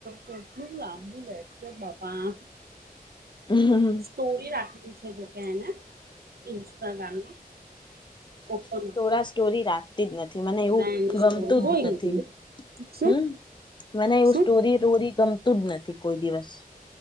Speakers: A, on the right; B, on the left.
A: કરટું લાંબુ લે કે બાપા
B: હમ
A: સ્ટોરી રાખેલી છે, જોકે એને ઇન્સ્ટાગ્રામની ઓપન
B: સ્ટોરા સ્ટોરી રાખતી જ નથી મને
A: તને
B: એવું
A: એની
B: ગમતું
A: સોટરી હોય
B: જ
A: લીધી
B: નથી
A: શું.
B: હમ મને એવું
A: શું
B: સ્ટોરી રોરી ગમતું જ નથી કોઈ દિવસ